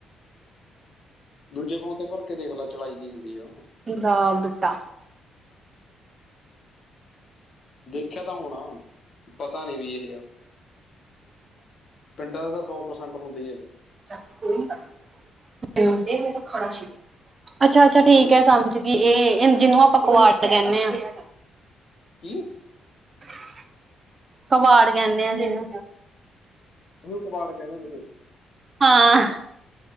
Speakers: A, on the left (about 50°); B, on the right (about 30°).
A: ਦੂਜੇ ਫੋਨ ਤੇ ਭਰ ਕੇ ਦੇਖ ਲੈ ਚਲਾਈ ਕੀ ਹੁੰਦੀ ਆ
B: ਦਾ ਬੂਟਾ
A: ਦੇਖਿਆ ਤਾਂ ਹੁਣਾ ਪਤਾ ਨੀ ਵੀ ਇਹ ਆ ਪਿੰਡਾਂ ਦੇ ਤਾਂ ਸੌ ਪ੍ਰਸੈਂਟ ਹੁੰਦੇ ਹੀ ਇਹ
B: <unintelligible> ਅੱਛਾ ਅੱਛਾ ਠੀਕ
A: ਹੂੰ
B: ਹੈ ਸਮਝ ਗਈ ਇਹ ਜਿਹਨੂੰ ਆਪਾਂ ਕੁਆੜ ਦਾ ਕਹਿੰਦੇ ਆ
A: ਕੀ
B: <inaudible> ਕਬਾੜ ਕਹਿੰਣੇ ਆ ਜਿਨੂੰ
A: ਇਹਨੂੰ ਕਬਾੜ ਕਹਿਦੇ ਹੋ ਤੁਸੀਂ
B: ਹਾਂ